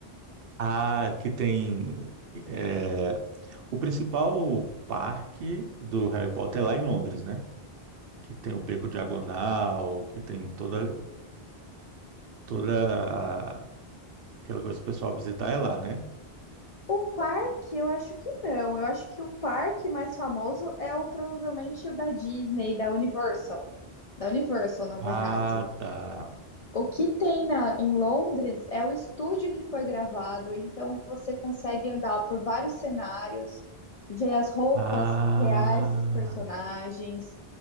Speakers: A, on the right; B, on the left.
A: Ah, que tem. é, o principal parque do Harry Potter é lá em Londres, né? Que tem o Beco Diagonal, que tem toda, toda a- aquela coisa que o pessoal visitar é lá, né?
B: O parque, eu acho que não. Eu acho que o parque mais famoso é o provavelmente o da Disney, da Universal. Da Universal, na verdade.
A: Ah, tá.
B: O que tem na, em Londres é o estúdio em que foi gravado, então você consegue andar por vários cenários, ver as roupas
A: Ah,
B: reais dos personagens,